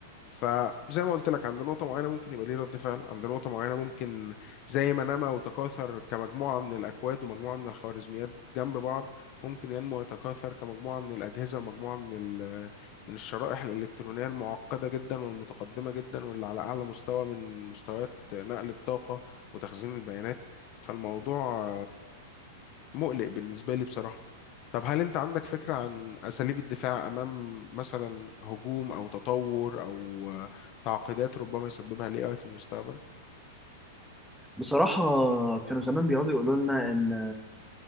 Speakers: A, on the left; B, in the centre.
A: فزي ما قلت لك عند نقطة معينة ممكن يبقى ليه رد فعل عند نقطة معينة ممكن زي ما نما وتكاثر كمجموعة من الأكواد ومجموعة من الخوارزميات جنب بعض ممكن ينمو ويتكاثر كمجموعة من الأجهزة ومجموعة من ال- من الشرائح الإلكترونية المعقدة جدا والمتقدمة جدا واللي على أعلى مستوى من مستويات نقل الطاقة وتخزين البيانات فالموضوع مقلق بالنسبة لي بصراحة طب هل أنت عندك فكرة عن أساليب الدفاع أمام مثلا هجوم أو تطور أو آه، تعقيدات ربما يسببها ال AI في المستقبل؟
B: بصراحة كانوا زمان بيقعدوا يقولوا لنا إن